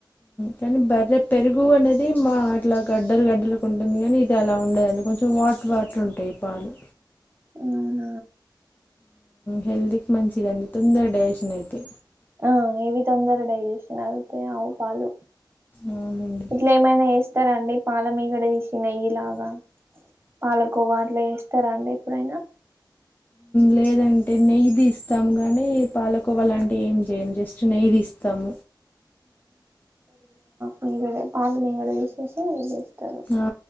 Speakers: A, on the left (about 25°); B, on the right (about 30°).
A: కానీ బర్ రే పెరుగు అనేది మా అట్లా గడ్డలు <unintelligible> అలా ఉండదండి కొంచెం వాటర్ వాటర్ ఉంటాయి పాలు
B: మ్మ్
A: హెల్దీకి మంచిదిండి తొందర డైజెషన్ అయితే
B: ఆ ఇవి తొందర డైజెషన్ అయితే అవు పాలు
A: అవునండి
B: ఇట్లా ఏమైనా వేస్తారండి పాల మీ గడ తీసి నెయ్యి లాగా పాలకోవా అట్లా వేస్తారా అండి ఎప్పుడైనా
A: లేదంటే నెయ్యిదీస్తాం గానీ పాల కువలాంటివి ఏం చేయము జస్ట్ నెయ్యి తీస్తాం
B: ఉంది గదా పాల మీగడ యూస్ చేసి <unintelligible> చేస్తారు
A: ఆ,